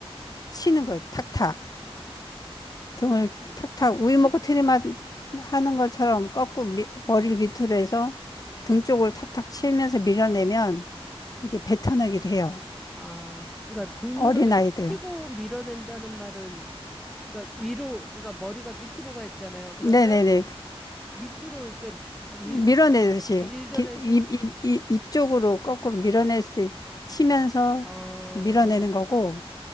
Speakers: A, on the left; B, in the centre.
A: 치는 거예요. 탁탁. 등을
B: 음,
A: 탁탁
B: 치,
A: 우유 먹고 트림하는 것처럼 거꾸로 미- 머리를 밑으로 해서 등 쪽을 탁탁 치면서 밀어내면 이게 뱉어내기도 해요.
B: 아, 그러니까 등을
A: 어린아이들.
B: 치고 밀어낸다는 말은, 그러니까 위로, 그러니까 머리가 밑으로 가 있잖아요. 그러면
A: 네네네.
B: 밑으로, 그러니까 밀,
A: 밀어내듯이
B: 밀던
A: 기-
B: 애세,
A: 입, 입, 입, 입 쪽으로 거꾸로 밀어내듯이 치면서
B: 어,
A: 밀어내는 거고